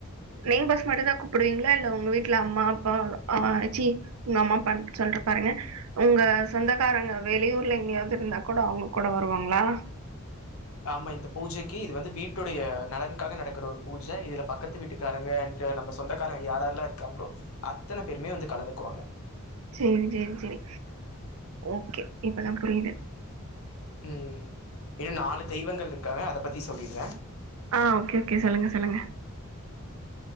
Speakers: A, on the right; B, on the left.
A: நெய்பர்ஸ் மட்டுந்தா கூப்பிடுவீ களா இல்ல உங்க வீட்ல அம்மா அப்பா அ சீ உங்க அம்மா அப்பான் சொல்ற பாருங்க உங்க சொந்தக்காரங்க வெளியூர்ல எங்கேயாவது இருந்தா கூட அவுங்க கூட வருவாங்களா
B: ஆமா இந்த பூஜைக்கு இது வந்து வீட்டோடைய நலனுக்காக நடக்குற ஒரு பூஜ இதுல பக்கத்து வீட்டுக்காரங்க இங்க நம்ம சொந்தக்காரங்க யாரார்லா இருக்காங்களோ அத்தன பேருமே வந்து கலந்துக்குவாங்க
A: செரி செரி செரி ஓகே இப்பதா புரியுது
B: ம் இன்னோ நாலு தெய்வங்கள் இருக்காங்க அத பத்தி சொல்லிடுற
A: ஆ ஓகே ஓகே சொல்லுங்க சொல்லுங்க